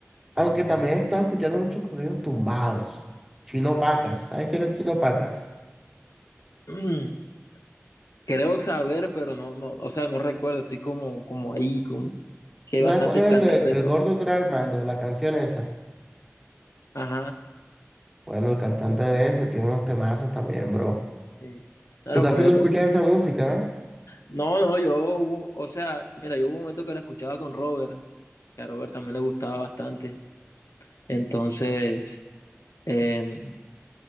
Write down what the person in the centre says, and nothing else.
Aunque también he estado escuchando muchos corridos tumbados. Chino Pacas. ¿Sabes quién es Chino Pacas?
¿Tú
¿Sabes
cuál es
el de El
Gordo trae el mando? La canción esa.
Bueno, el cantante de eso tiene unos temazos también, bro.
Tú
casi
no escuchas esa música,